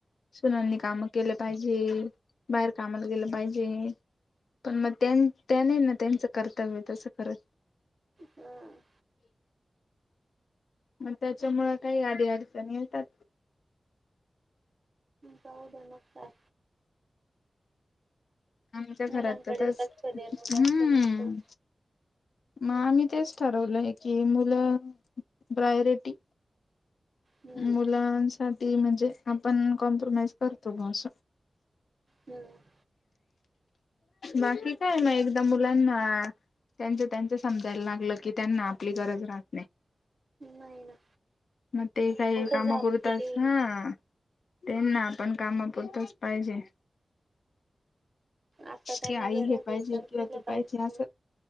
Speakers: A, on the left; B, on the right.
A: सुनांनी कामं केलं पाहिजे, बाहेर कामाला गेलं पाहिजे. पण मग त्यां त्यानी ना त्यांचं कर्तव्य तसं करत
B: हा
A: मग त्याच्यामुळं काही अडी अडचणी येतात.
B: जाऊद्या मग काय.
A: आमच्या घरात
B: मुलांकडे
A: त तसं,
B: लक्ष देणं
A: हम्म.
B: जास्त महत्वाच
A: मग आम्ही तेच ठरवलंय की मुलं. प्रायोरिटी.
B: हम्म
A: मुलांसाठी म्हणजे आपण कॉम्प्रोमाइज करतो. ग असं.
B: हम्म
A: बाकी काय मग एकदा मुलांना? त्यांच-त्यांच समजायला लागलं. की त्यांना आपली गरज राहत नाही.
B: नाही ना.
A: मग ते काही
B: मोठे
A: कामापुरतचं..
B: झाल किती
A: ह त्यांना आपण कामापुरतच पाहिजे.
B: आता त्यांना
A: की आई
B: गरज
A: हे पाहिजे
B: आहे. तर
A: किंवा
B: दिल
A: ते
B: पाहिजे.
A: असं.